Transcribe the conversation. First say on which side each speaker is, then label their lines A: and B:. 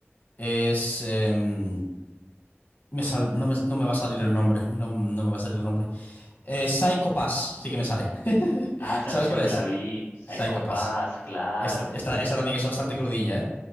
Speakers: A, on the left; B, on the left.
A: es... em, me sal- no me, no me va a salir el nombre, no, no me va a salir el nombre. Eh, Psycho Pass, sí que me sale. <laughs>
B: Ah, esta
A: ¿Sabes
B: sí sí
A: cuál
B: me
A: es?
B: la vi, Psycho
A: Psycho
B: Pass,
A: Pass.
B: claro.
A: Es- esta, esta también es bastante crudilla, ¿eh?